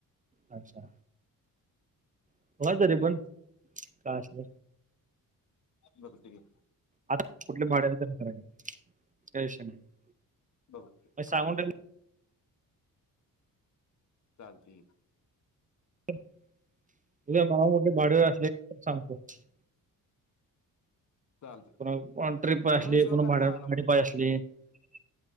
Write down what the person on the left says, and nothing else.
ह
बघते <inaudible>
बघू
चालतेय
चालतेय
चालतंय
तुम्ही
पण सेव्ह
करा
माझा
नंब